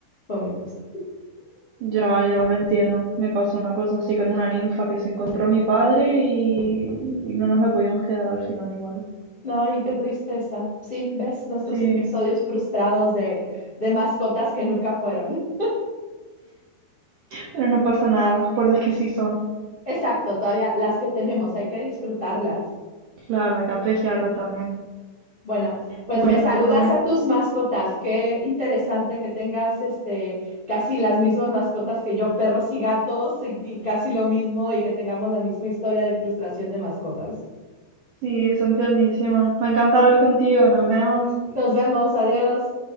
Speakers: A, on the left (about 55°); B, on the right (about 80°).
A: fue muy triste.
B: Ya, ya lo entiendo. Me pasó una cosa así con una ninfa que se encontró a mi padre y, y no nos la pudimos quedar al final igual.
A: No, y qué tristeza. Sí, ves nuestros
B: Sí,
A: episodios frustrados de, de mascotas que nunca fueron.
B: pero no pasa nada, por las que sí son.
A: <laughs> Exacto, todavía las que tenemos, hay que disfrutarlas.
B: Claro, hay que apreciarlo también.
A: Bueno, pues
B: Bueno,
A: me saludas
B: me-
A: a tus mascotas. Qué interesante que tengas este casi las mismas mascotas que yo, perros y gatos, y, y casi lo mismo, y que tengamos la misma historia de frustración de mascotas.
B: sí, son tiernísimas. Me encanta hablar contigo, nos vemos.
A: Nos vemos, adiós.